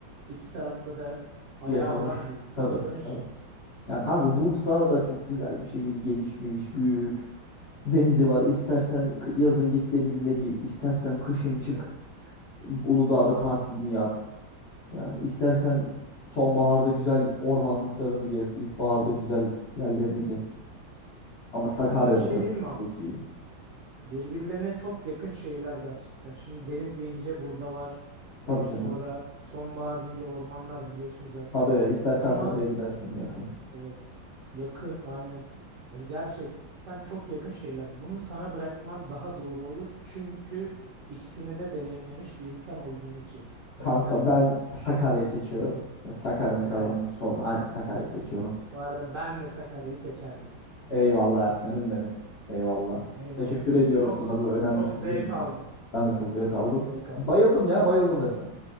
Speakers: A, on the right (about 60°); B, on the left (about 70°).
A: iki tarafta da ayağı
B: Yaşamış.
A: olan bir insan
B: Tabii
A: olduğun için.
B: tabii. Ya kanka Bursa da çok güzel bir şehir. Gelişmiş, büyük. Denizi var. İstersen kı- yazın git denizine gir. İstersen kışın çık.
A: Evet.
B: Uludağ'da tatilini yap. Yani istersen sonbaharda güzel ormanlıklarını gez. İlkbaharda güzel yerlerini gez. Ama Sakarya'da
A: Bir şey
B: tabii
A: diyeyim mi ama?
B: çok iyi.
A: Birbirlerine çok yakın şehirler gerçekten. Şimdi deniz deyince burada var.
B: Tabii
A: Ee,
B: canım.
A: sonra sonbahar deyince ormanlar biliyorsun zaten.
B: Tabii ister Kartepe'ye
A: Ama
B: gidersin yakın.
A: Evet. Yakın aynen. Ve Gerçekten çok yakın şeyler. Bunu sana bırakmam daha doğru olur. Çünkü ikisini de deneyimlemiş bir insan olduğun için.
B: Kanka ben Sakarya'yı seçiyorum. Sakarya'nın
A: Sakarya
B: kazanmış
A: mı?
B: olma. Aynen Sakarya'yı seçiyorum.
A: Bu arada ben de Sakarya'yı seçerdim.
B: Eyvallah Ersen'im benim. Eyvallah.
A: Eyvallah
B: Teşekkür
A: canım.
B: ediyorum
A: Çok
B: sana bu önemli
A: çok
B: fikirlerin
A: zevk
B: için.
A: aldım.
B: Ben de çok zevk aldım.
A: Çok zevk aldım.
B: Bayıldım ya bayıldım resmen.